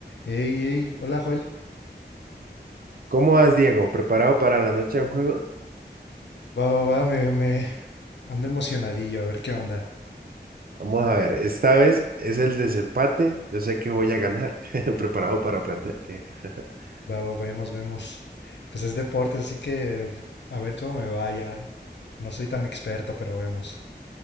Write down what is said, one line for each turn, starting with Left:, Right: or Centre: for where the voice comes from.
Left: Ey, ey, hola Joel.
Right: ¿Cómo vas, Diego? ¿Preparado para la noche de juego?
Left: Va, va, va, me, me ando emocionadillo, a ver qué onda.
Right: Vamos a ver, esta vez es el desempate. Yo sé que voy a ganar. <laughs> Preparado para perder. eh. <laughs>
Left: Va, va, vemos, vemos. Pues es deporte, así que a ver cómo me vaya. No soy tan experto, pero vemos.